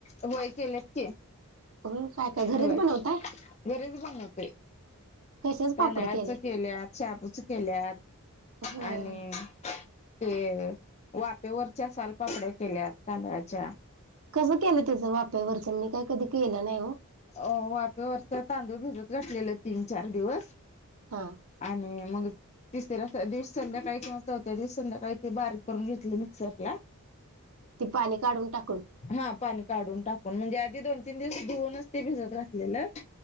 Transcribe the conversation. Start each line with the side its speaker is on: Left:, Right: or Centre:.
Left: होय, केल्यात की.
Right: हो काय काय घरीच
Left: होय.
Right: बनवताय
Left: घरीच बणवतोय.
Right: कशाच
Left: तांदळाच
Right: पापड केले
Left: केल्यात, शाबुच केल्यात
Right: होय
Left: आणि ते वाफेवरच्या सालपापड्या केल्यात तांदळाच्या.
Right: कसं केलं त्याचं वाप्यावरचं मी काय कधी केलं नाही हो
Left: अ वाफेवरच तांदूळ भिजत घाठलेलं तीन, चार दिवस.
Right: हा
Left: आणि मग तिसऱ्या दिवशी संध्याकाळी किंवा चौथ्या दिवस संध्याकाळी ते बारीक करून घेतले मिक्सरला
Right: ती पाणी काढून टाकून
Left: हा पाणी काढून टाकून म्हणजे आधी दोन तीन दिवस धुऊनच ते भिजत घातलेलं